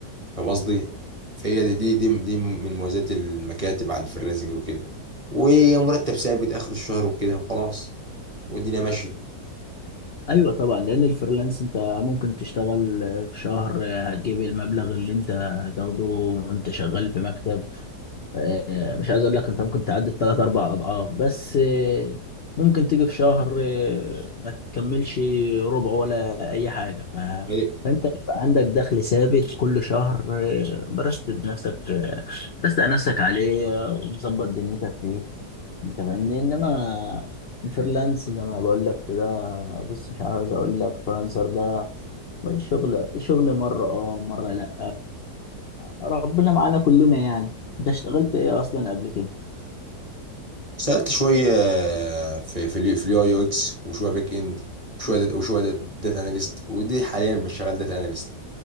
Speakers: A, on the right; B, on the left.
A: فاهم قصدي فهي دي دي دي, دي من مميزات المكاتب عن الفريلانسنج وكده ومرتب ثابت اخر الشهر وكده وخلاص والدنيا ماشيه
B: ايوه طبعا لان الفريلانس انت ممكن تشتغل في شهر هتجيب المبلغ اللي انت هتاخده وانت شغال في مكتب آه، مش عايز اقول لك انت ممكن تعدي الثلاث اربع اضعاف بس آه، ممكن تيجي في شهر آه، ما تكملش ربع ولا اي حاجه ف...
A: هي-
B: فانت بيبقى عندك دخل ثابت كل شهر آه، برست بنفسك آه، برست على نفسك عليه آه، ومظبط دنيتك فيه انت فاهمني انما الفريلانس زي ما بقول لك كده بص مش عاوز اقول لك فريلانسر ده الشغل شغل شغل مرة اه مرة لأ فربنا معانا كلنا يعني انت اشتغلت ايه اصلا قبل كده؟
A: سالت شويه آه، في في اليو- في اليو اي يو اكس وشويه باك اند وشويه دات وشويه دات داتا اناليست ودي حاليا مش شغال داتا اناليست